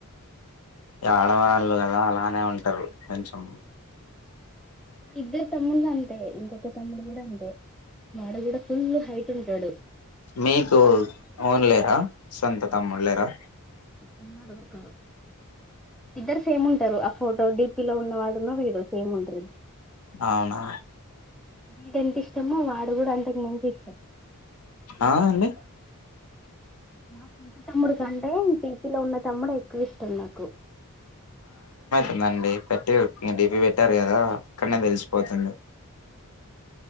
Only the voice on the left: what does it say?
ఆడవాళ్ళు
కదా అలానే ఉంట కొంచం
మీకు ఓన్ సొంత తాముళ్ళేరా
అవునా
ఆ అండి
ందండి పెట్టి మీ డీపీ పెట్టారు కదా అక్కడనే తెలిసిపోతుంది